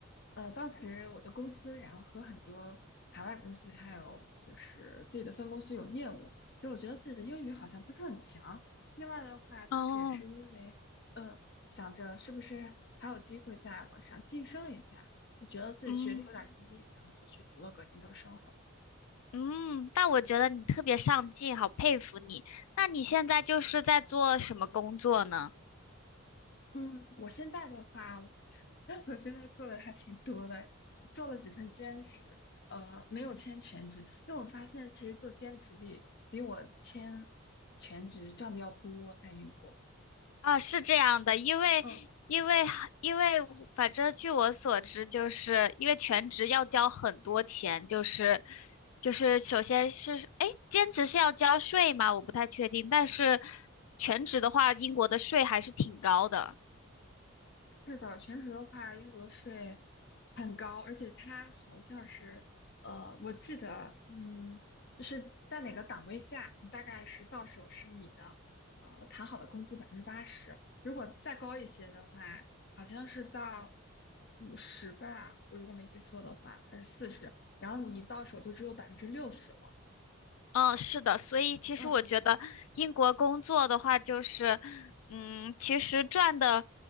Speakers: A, on the left; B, on the left.
A: 呃，当时我的公司，然后和很多海外公司，还有就是自己的分公司有业务，所以我觉得自己的英语好像不是很强。另外的话，当时也是因为，
B: 哦，
A: 呃，想着是不是还有机会再往上晋升一下，就觉得自己学历有点低，
B: 嗯
A: 然后就去读了个研究生。
B: 嗯，但我觉得你特别上进，好佩服你。那你现在就是在做什么工作呢？
A: 嗯，我现在的话，我 <laughs> 我现在做的还挺多的，做了几份兼职，呃，没有签全职，因为我发现其实做兼职比比我签全职赚的要多，在英国。
B: 啊，是这样的，因为因为因为，
A: 嗯。
B: 反正据我所知，就是因为全职要交很多钱，就是就是首先是，哎，兼职是要交税吗？我不太确定，但是全职的话，英国的税还是挺高的。
A: 是的，全职的话，英国的税很高，而且它好像是，呃，我记得，嗯，是在哪个档位下，你大概是到手是你的，呃，谈好的工资百分之八十，如果再高一些的话，好像是到五十吧，我如果没记错的话，还是四十，然后你到手就只有百分之六十了，
B: 嗯，是的，所以其实我觉得英国工作的话，
A: 嗯，
B: 就是，嗯，其实赚的，